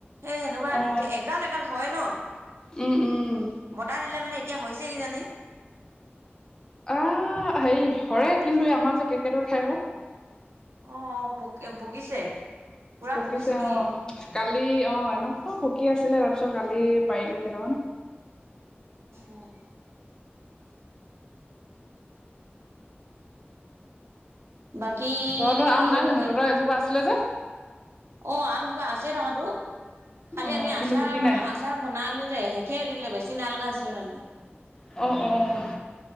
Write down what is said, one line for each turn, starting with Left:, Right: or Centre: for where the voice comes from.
Right: সেই সেনেকুৱা
Left: অ
Right: এগাল এগাল হয় ন
Left: উম উম
Right: বতাহ দিলে মানে। এতিয়া হৈছে কিজানি।
Left: আহ হেৰি হৰে কিন্তু আমাৰ যে কে কেটৰে খাই আকৌ। <unintelligible>
Right: অ অ পকি পকিছে। পুৰা
Left: পকিছে
Right: নেকি
Left: অ কালি অ এনেকুৱা পকি। কি আছিলে তাৰপিছত কালি পাৰিলো কেইটামান?
Right: অঁ বাকী
Left: তহঁতৰ আম
Right: আৰু
Left: নাই জানো
Right: সেই
Left: তহঁতৰ এজোপা আছিলে যে। <unintelligible>
Right: অ আমজোপা আছে থকাতো। খালি
Left: অ
Right: আমি
Left: কিন্তু
Right: আচাৰ-
Left: গুটি নাই
Right: আচাৰ বনালো যে শেষে হৈ থকিলে বেছি নালগা হৈছিলে তাৰমানে।
Left: অ অ। অ